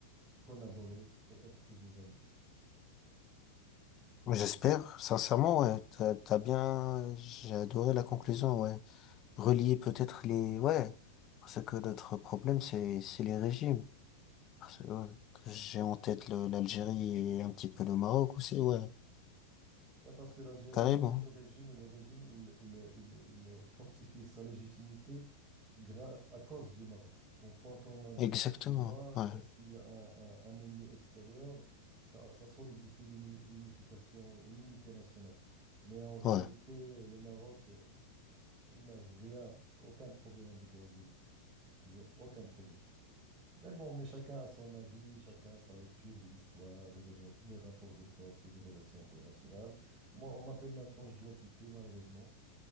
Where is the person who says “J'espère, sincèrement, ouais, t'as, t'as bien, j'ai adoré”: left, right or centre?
Left